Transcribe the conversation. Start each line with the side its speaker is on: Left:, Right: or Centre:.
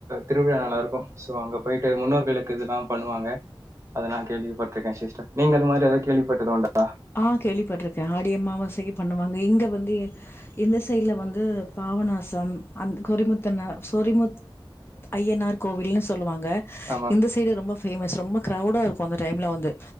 Right: திருவிழா நல்லா இருக்கு சோ அங்க போயிட்டு முன்னோர்களுக்கு இதெல்லா பண்ணுவாங்க அத நா கேள்விப்பட்ருக்க சிஸ்டர் நீங்க அது மாரி எதாவது கேள்விப்பட்டதுண்டா
Left: ஆ கேள்விப்பட்ருக்க ஆடி அம்மாவாசைக்கு பண்ணுவாங்க இங்க வந்து இந்த சைட்ல வந்து பாவநாசம் அந்த கொறிமுத்தன்னா சொரிமுத் ஐயனார் கோவில்னு சொல்லுவாங்க
Right: ஆமா
Left: இந்த ஸ் சைடு ரொம்ப ஃபேமஸ் ரொம்ப க்ரௌவுடா இருக்கு அந்த டைம்ல வந்து